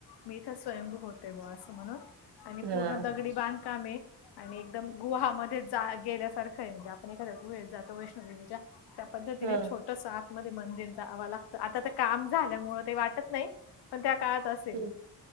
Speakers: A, on the left; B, on the right.
A: मी इथे स्वयंभू होतेय बुवा असं म्हणून. आणि
B: हां,
A: पूर्ण दगडी बांधकामे. आणि एकदम गुहामध्ये जा गेल्यासारखं आहे म्हणजे आपण एखाद्या गुहेत जातो वैष्णोदेवीच्या. त्या पद्धतीने
B: हां.
A: छोट सतमध्येध्ये मंदिर जावं लागतं आता त्या काम झाल्यामुळे ते वाटत नाही, पण त्या काळात असेल
B: हं.